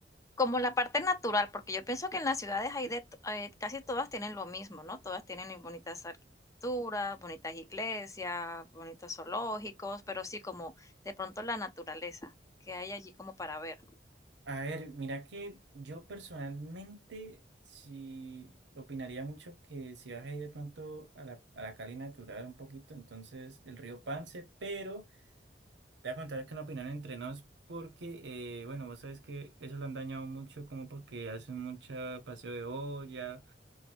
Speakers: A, on the left; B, on the right.
A: Como la parte natural, porque yo pienso que en las ciudades hay de, to- eh, casi todas tienen lo mismo, ¿no? Todas tienen bonitas arquitecturas, bonitas iglesias, bonitos zoológicos, pero sí como de pronto la naturaleza que hay allí como para ver.
B: A ver, mira que yo personalmente sí opinaría mucho que si vas a ir de pronto a la, a la Cali natural un poquito, entonces el río Pance, pero... Te voy a contar acá una opinión entre nos porque, eh, bueno, vos sabes que eso lo han dañado mucho como porque hacen mucho paseo de olla,